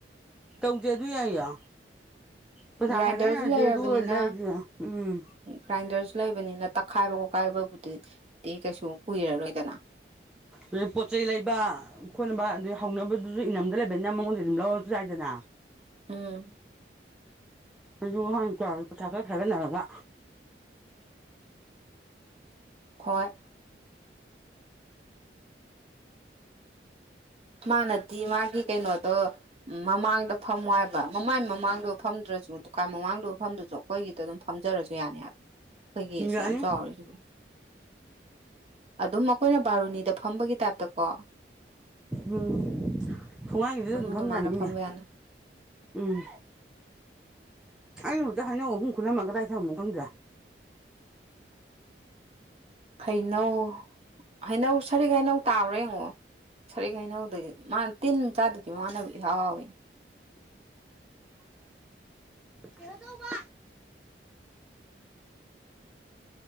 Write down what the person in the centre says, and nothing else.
ꯇꯧꯁꯦ ꯑꯗꯨ ꯌꯥꯏꯌꯦ ꯄꯩꯁꯥ
ꯈꯥꯏꯒꯠꯅꯁꯦ
ꯑꯗꯨꯒ ꯂꯩꯔꯁꯦ ꯎꯝ
ꯑꯗꯨ ꯄꯣꯠ ꯆꯩ ꯂꯩꯕ ꯈꯣꯠꯅꯕ ꯑꯗꯨ ꯍꯧꯅꯕꯗꯨꯁꯨ ꯏꯅꯝꯗ ꯂꯩꯕꯅꯤꯅ ꯃꯉꯣꯟꯗ ꯑꯗꯨꯝ ꯂꯧꯔꯁꯨ ꯌꯥꯏꯗꯅ
ꯑꯗꯨ ꯍꯥꯡ ꯇꯧꯔꯁꯦ ꯄꯩꯁꯥ ꯈꯔ ꯈꯥꯏꯒꯠꯅꯔꯒ
ꯌꯥꯅꯤ
ꯎꯝ ꯊꯣꯡꯒꯥꯡꯒꯤꯗꯨꯗ ꯑꯗꯨꯝ
ꯐꯝ ꯌꯥꯅꯤꯅꯦ
ꯎꯝ ꯑꯩꯅ ꯍꯧꯛꯇ ꯍꯩꯅꯧ ꯑꯍꯨꯝ ꯈꯨꯜꯂꯝꯃ ꯀꯗꯥꯏ ꯊꯝꯃꯝꯃꯣ ꯈꯪꯗ꯭ꯔꯦ
ꯀꯩꯅꯣ ꯇꯧꯕ